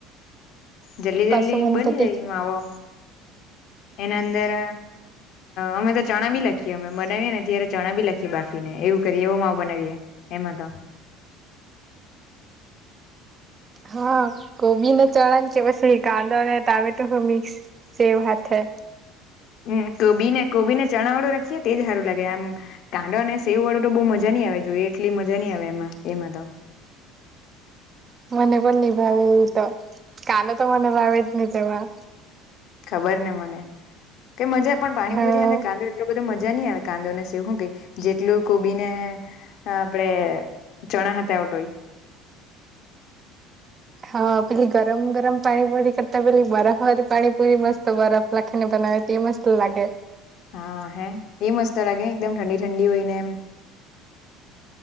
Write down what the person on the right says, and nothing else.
પાછું
મને
તો
હા, કોબીને ચણાણ કે પછી કાંદળને ટામેટો મિક્સ સેવ હા થ
મને પણ નહી ભાવે એવું તો કાંદ તો મને ભાવે જ નહી તેવા
હા
હા, પેલી ગરમ ગરમ પાણી પુરી કરતા પેલી બરફવારી પાણી પુરી મસ્ત બરફ લખીને બન નાવે તે મસ્ત લાગે.